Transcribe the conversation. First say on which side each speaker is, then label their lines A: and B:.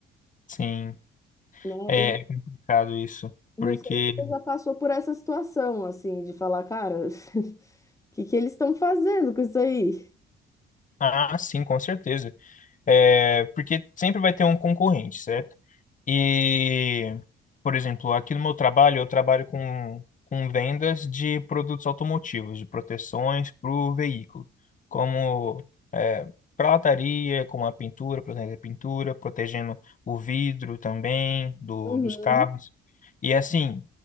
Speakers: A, on the left; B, on the left.
A: sim.
B: né?
A: É
B: Eu
A: é complicado isso,
B: não
A: porque.
B: sei se você já passou por essa situação, assim, de falar, cara, <laughs> o que que eles estão fazendo com isso aí?
A: Ah, sim, com certeza. É, porque sempre vai ter um concorrente, certo? E, por exemplo, aqui no meu trabalho, eu trabalho com, com vendas de produtos automotivos, de proteções para o veículo, como é, prataria, como a pintura, protegendo a pintura, protegendo o vidro também do,
B: Uhum.
A: dos carros. E assim,